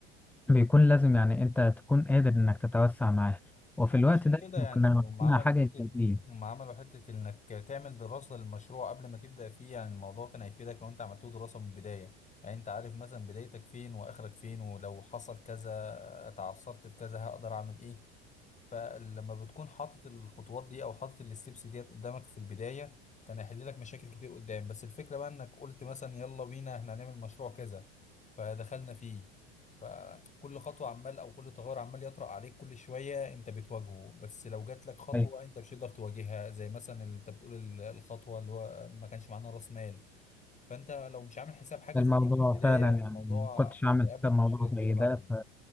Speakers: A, in the centre; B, on the left (about 20°).
A: بيكون لازم يعني انت تكون قادر انك تتوسع معاها وفي
B: علشان
A: الوقت ده
B: كده
A: إحنا
B: يعني
A: كنا
B: هم عملوا
A: محتاجين حاجة
B: حتة
A: إيجابية
B: هم عملوا حتة إنك تعمل دراسة للمشروع قبل ما تبدأ فيه يعني الموضوع كان هيفيدك لو أنت عملته دراسة من البداية يعني أنت عارف مثلا بدايتك فين وآخرك فين ولو حصل كذا اتعثرت في كذا هقدر أعمل إيه فلما بتكون حاطط الخطوات دي او حاطط الستبس ديت قدامك في البدايه كان هيحل لك مشاكل كتير قدام بس الفكره بقى انك قلت مثلا يلا بينا احنا هنعمل مشروع كذا فدخلنا فيه فكل خطوه عمال او كل تغير عمال يطرأ عليك كل شويه انت بتواجهه بس لو جات لك خطوه
A: طيب،
B: انت مش هتقدر تواجهها زي مثلا اللي انت بتقول ال- الخطوه اللي هو ما كانش معانا راس مال فانت لو مش عامل حساب حاجه
A: الموضوع
B: زي دي من البدايه
A: فعلا يعني
B: الموضوع
A: ما كنتش عامل
B: هيقابلك
A: حساب
B: مشكله
A: موضوع
B: كبيره
A: زي
B: بعدين
A: ده